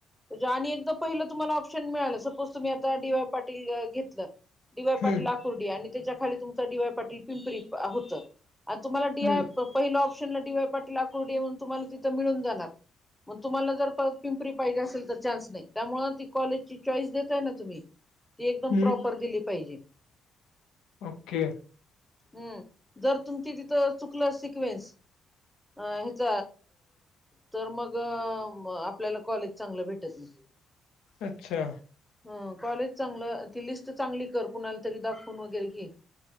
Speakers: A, in the centre; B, on the left.
A: त आणि एकदा पहिलं तुम्हाला ऑप्शन मिळालं सपोज तुम्ही आता डी वाय पाटील घेतलं. डी वाय पाटील
B: हम्म
A: आकुर्डी आणि त्याच्याखाली तुमचं डी वाय पाटील पिंपरी होतं आणि तुम्हाला डीआय
B: हम्म
A: पहिल ऑप्शनला डी वाय पाटील अकुर्डी म्हणून तुम्हाला तिथं मिळून जाणारग तुम्हाला जर परत पिंपरी पाहिजे असेल तर चान्स नाही, त्यामुळे ती कॉलेजची चॉईस देतय ना तुम्ही ती एकदम
B: हम्म
A: प्रॉपर दिली पाहिजे‌.
B: ओके!
A: हम, जर तुमची तीथ चुकलं सिक्वेन्स अ ह्याच तर मग आपल्याला कॉलेज चांगलं भेटत नाही.
B: अच्छा!
A: ह कॉलेज चांगलं ती लिस्ट चांगली कर कुणाला तरी दाखवून वगैरे घे.